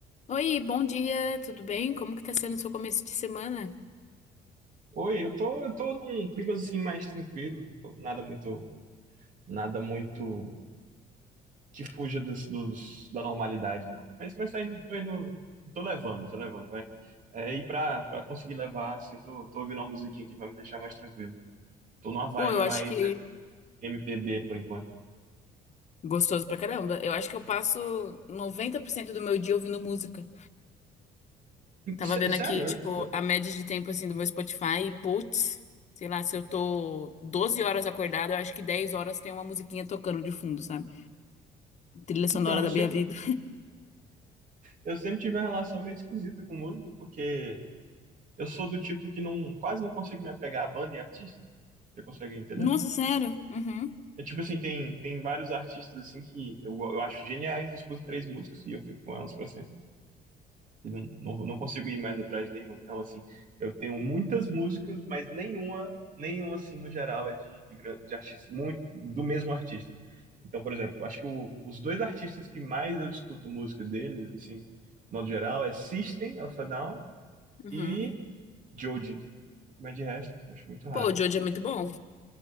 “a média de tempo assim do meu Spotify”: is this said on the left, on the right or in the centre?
Left